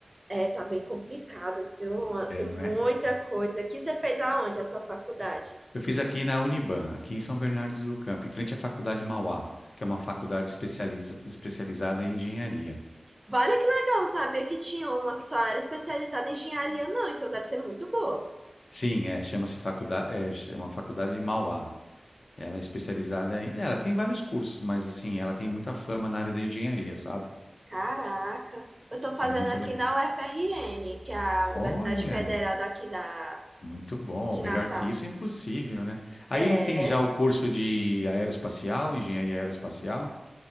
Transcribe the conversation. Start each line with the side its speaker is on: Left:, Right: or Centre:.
Right: É, tá bem complicado, viu?
Left: É,
Right: Tem
Left: não
Right: muita
Left: é?
Right: coisa. Aqui você fez aonde a sua faculdade?
Left: Eu fiz aqui na Uniban, aqui em São Bernardo do Campo, em frente à Faculdade Mauá, que é uma faculdade especializa- especializada em engenharia.
Right: Vale que legal, não sabia que tinha uma que só era especializada em engenharia, não, então deve ser muito boa.
Left: Sim, é, chama-se faculdade, é, chama Faculdade de Mauá. Ela é especializada em, ela tem vários cursos, mas assim, ela tem muita fama na área da engenharia, sabe?
Right: Caraca. Eu tô fazendo
Left: É muito
Right: aqui
Left: legal.
Right: na UFRN, que é a Universidade
Left: Olha,
Right: Federal daqui da,
Left: muito bom.
Right: de
Left: Melhor
Right: Natal.
Left: que isso é impossível, né? Aí
Right: É.
Left: tem já o curso de aeroespacial, engenharia aeroespacial?